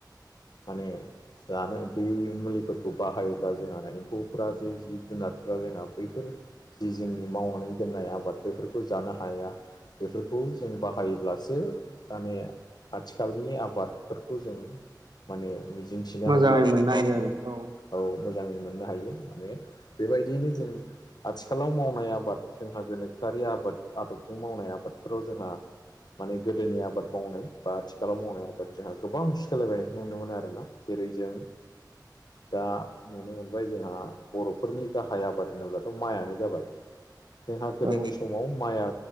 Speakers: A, on the left; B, on the right.
A: माने जानो बे मुलिफोरखौ बाहायोबब्ला जोंहा एम्फौ जे जिब जुनार बा जोंहा बैफोर जि जोंनि मावनानै दोननाय आबाद बेफोरखौ जानो हाया। बेफोरखौ जों बाहायोब्लासो माने आथिखालनि आबादफोरखौ जों माने मिजिंथिनो
B: मोजाङै
A: हायो आरोना।
B: मोननो हायो आरो
A: औ मोजाङै मोननो हायो माने बेबायदियैनो जों आथिखालाव मावनाय आबाद जोंहा गोनोखोआरि आबाद आदबजों मावनाय आबादफोराव जोंहा माने गोदोनि आबाद मावनाय बा आथिखालाव मावनाय आबाद जोंहा गोबांखोलायबायनायखौ नुनो मोनो आरोना जेरै जों दा नुनो मोनबाय जोंहा बरफ फोरफोरनि गाहाय आबाद होनोब्लाथ' माइआनो जाबाय जोंहा गोदोनि
B: औ
A: समाव माइआ